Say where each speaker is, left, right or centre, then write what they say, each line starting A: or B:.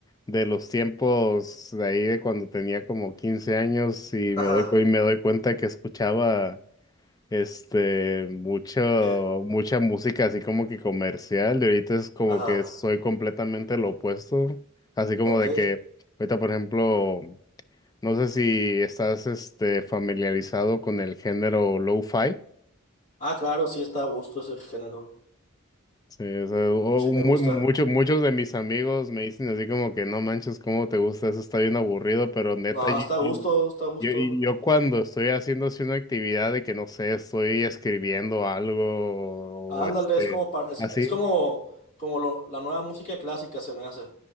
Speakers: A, on the left (about 20°); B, on the left (about 40°).
A: de los tiempos de ahí de cuando tenía como 15 años y
B: ajá,
A: me doy, cu- y me doy cuenta que escuchaba este mucho,
B: ¿Qué?
A: mucha música así como que comercial y ahorita es como
B: Ajá,
A: que soy completamente lo opuesto, así como
B: ok.
A: de que ahorita, por ejemplo. No sé si estás este, familiarizado con el género lo-fi.
B: Ah, claro, sí está a gusto ese género.
A: Sí, o sea, o-
B: Sí me
A: mu-
B: gusta.
A: mucho- muchos de mis amigos me dicen así como que no manches, cómo te gusta, eso está bien aburrido, pero neta,
B: No,
A: yo,
B: está a gusto,
A: yo-
B: está a gusto.
A: yo- yo cuando estoy haciendo así una actividad de que no sé, estoy escribiendo algo
B: Ándale,
A: o este,
B: es como par- es,
A: así.
B: es como, como lo- la nueva música clásica se me hace.